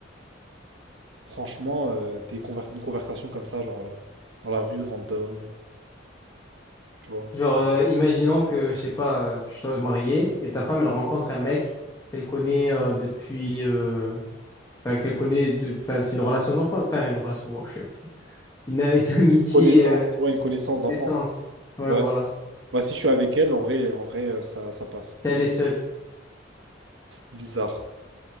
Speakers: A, on the right (about 70°); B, on the left (about 15°).
A: Franchement, euh, des convers- une conversation comme ça, genre euh, dans la rue, random, euh, tu vois.
B: Genre, euh, imaginons que, je sais pas, euh, tu sois marié et ta femme, elle rencontre un mec qu'elle connaît euh, depuis... euh, enfin, qu'elle connaît... de- Enfin, c'est une relation d'enfant. Enfin, une relation... ouais, je suis un fou. Une, une <laughs> amitié
A: Connaissance,
B: euh,
A: ouais, une connaissance d'enfance.
B: d'essence. Ouais,
A: Ouais.
B: voilà.
A: Bah si je suis avec elle, en vrai, en vrai, euh, ça, ça passe.
B: Puis Elle est seule.
A: Bizarre.